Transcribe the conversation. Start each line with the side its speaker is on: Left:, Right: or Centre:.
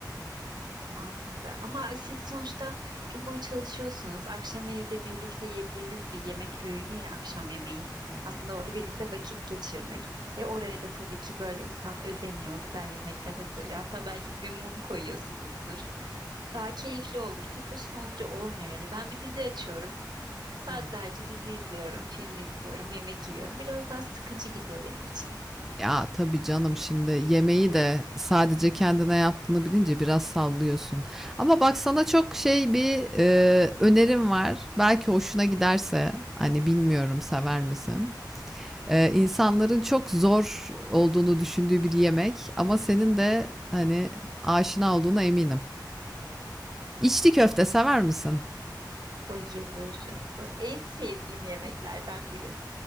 Right: Mantıklı. Ama siz sonuçta gün boyu çalışıyorsunuz. Akşam evde birlikte yediğiniz bir yemek öğünü ya akşam yemeği.
Centre: Hı hı.
Right: Aslında orada birlikte vakit geçirmek. E oraya da tabii ki böyle insan özeniyor, güzel yemekler hazırlıyor. Hatta belki bir mum koyuyorsunuzdur. Daha keyifli olur. Tek başına olunca olmuyor öyle. Ben bir dizi açıyorum. Saatlerce
Centre: Hı hı.
Right: dizi izliyorum, film izliyorum, yemek yiyorum. Biraz daha sıkıcı gidiyor benim için.
Centre: Ya tabii canım şimdi yemeği de sadece kendine yaptığını bilince biraz sallıyorsun. Ama bak sana çok şey bir e, önerim var. Belki hoşuna giderse hani bilmiyorum sever misin? E, insanların çok zor olduğunu düşündüğü bir yemek ama senin de hani aşina olduğuna eminim. İçli köfte sever misin?
Right: Bayılırım. En sevdiğim yemeklerden biri.